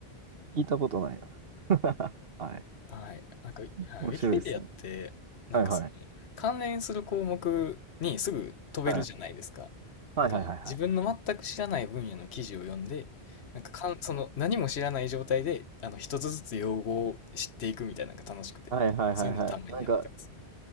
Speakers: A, on the right (about 65°); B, on the left (about 80°).
A: 聞いたことないな。<laughs> はい。
B: はい。なんか、はい、
A: 面白いですね。
B: ウィキペディアって、なんかその、
A: はいはい。
B: 関連する項目にすぐ飛べるじゃないですか。
A: はいはいはいはいはい。
B: だから、自分の全く知らない分野の記事を読んで、なんかかん、その、何も知らない状態で、あの、一つずつ用語を知っていくみたいなのが楽しくて、
A: はいはいはいはい。
B: そういうのたまにやってますね。
A: なんか、